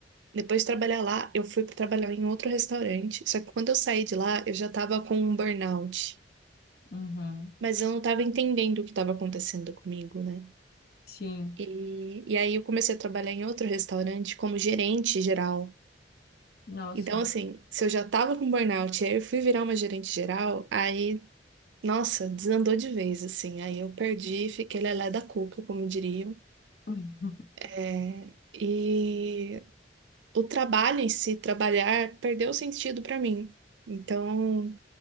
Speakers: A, on the right (about 75°); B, on the left (about 55°).
A: depois de trabalhar lá, eu fui para trabalhar em outro restaurante. Só que quando eu saí de lá, eu já estava com um burnout.
B: uhum,
A: Mas eu não estava entendendo o que estava acontecendo comigo, né?
B: sim,
A: E, e aí eu comecei a trabalhar em outro restaurante como gerente geral.
B: nossa,
A: Então, assim, se eu já tava com burnout, e aí eu fui virar uma gerente geral, aí, nossa, desandou de vez, assim. Aí eu perdi, fiquei lelé da cuca, como diriam.
B: <laughs>
A: É, E o trabalho em si, trabalhar, perdeu sentido para mim. Então,